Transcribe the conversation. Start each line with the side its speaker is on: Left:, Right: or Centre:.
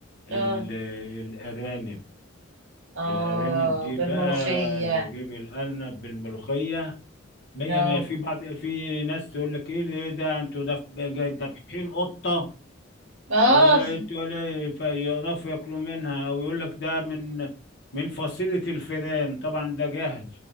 Left: ال...
Right: اه
Left: الارانب
Right: اه
Left: الارانب دي
Right: بالملوخية
Left: بقى بجيب الارنب بالملوخيه مية
Right: اه
Left: مية في بعض في ناس تقول لك ايه إيه ده انتوا دف- جاي دابحين قطة
Right: اه
Left: وتقول يقرفوا ياكلوا منها او يقول لك ده من من فصيلة الفئران طبعا ده جهل